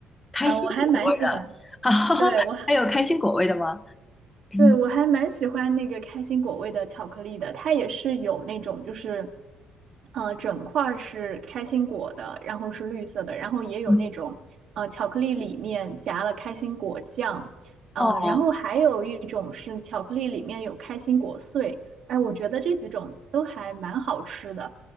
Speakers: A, on the left (about 20°); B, on the right (about 65°).
A: 开心果味的，
B: 啊、我还蛮喜欢，
A: <laughs> 啊，
B: 对，我
A: 还有开心果味的吗？嗯
B: 对，我还蛮喜欢那个开心果味的巧克力的，它也是有那种就是，呃，整块儿是开心果的，然后是绿色的，然后也有那种呃巧克力里面夹了开心果酱，
A: 嗯，
B: 呃，
A: 哦
B: 然后还有一种是巧克力里面有开心果碎，哎，我觉得这几种都还蛮好吃的。